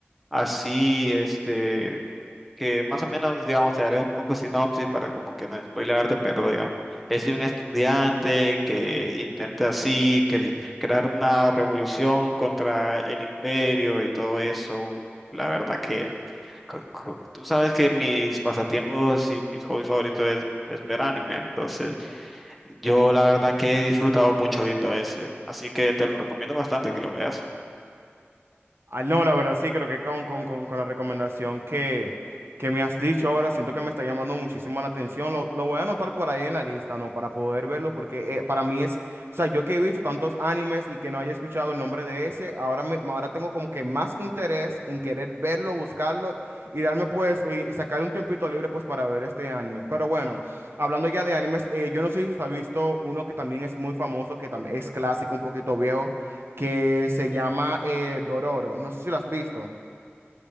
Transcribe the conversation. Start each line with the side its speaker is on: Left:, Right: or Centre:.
Centre: así, este, que más o menos, digamos, te haré un poco sinopsis para como que no spoilearte, pero digamos, es de un estudiante que intenta así cre- crear una revolución contra el imperio y todo eso. La verdad que co- co- tú sabes que mis pasatiempos y mis hobbies favoritos es, es ver anime, entonces yo la verdad que he disfrutado mucho viendo ese, así que te lo recomiendo bastante que lo veas.
Right: Ah, no, la verdad sí, creo que con, con, con, con la recomendación que, que me has dicho ahora, siento que me está llamando muchísimo la atención. Lo, lo voy a anotar por ahí en la lista, ¿no? Para poder verlo, porque eh, para mí es, o sea, yo que he visto tantos animes y que no haya escuchado el nombre de ese, ahora, me, ahora tengo como que más interés en querer verlo, buscarlo y darme pues, y, y sacar un tiempito libre pues para ver este anime. Pero bueno, hablando ya de animes, eh, yo no sé si usted ha visto uno que también es muy famoso, que también es clásico, un poquito viejo que se llama eh, Dororo. No sé si lo has visto.